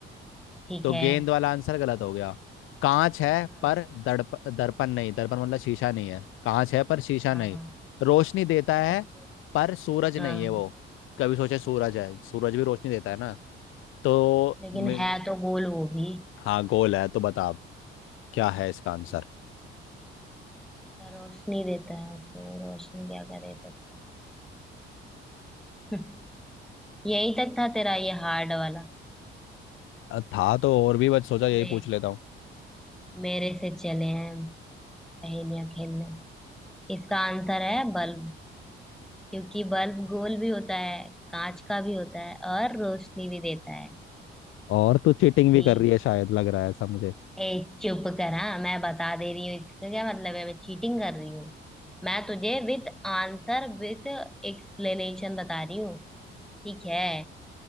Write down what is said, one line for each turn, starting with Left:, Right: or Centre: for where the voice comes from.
Centre: ठीक
Left: तो
Centre: है
Left: गेंद वाला आंसर गलत हो गया कांच है
Centre: हाँ
Left: पर दड़प दर्पण नहीं दर्पण मतलब शीशा नहीं है कांच है पर शीशा
Centre: हाँ
Left: नहीं रोशनी देता है
Centre: ओके
Left: पर सूरज नहीं
Centre: हाँ
Left: है वो कभी सोचे सूरज है सूरज भी रोशनी देता है ना तो
Centre: लेकिन
Left: मे-
Centre: है तो गोल वो भी
Left: हाँ गोल है तो बता आप, क्या है इसका आंसर
Centre: अच्छा, रोशनी देता है तो रोशनी क्या क्या दे सकता है <laughs> यही तक था तेरा ये हार्ड वाला
Left: अ, था तो और भी बस सोचा यही
Centre: मैं
Left: पूछ लेता हूँ
Centre: मेरे से चले हैं पहेलियां खेलने इसका आंसर है बल्ब क्योंकि बल्ब गोल भी होता है कांच का भी होता है और रोशनी भी देता है
Left: और तू चीटिंग
Centre: मेरा
Left: भी
Centre: जी
Left: कर रही है शायद लग रहा है ऐसा मुझे
Centre: ए चुप करा मैं बता दे रही हूँ इसका क्या मतलब है मैं चीटिंग कर रही हूँ मैं तुझे विथ आंसर विथ एक्सप्लेनेशन बता रही हूँ ठीक है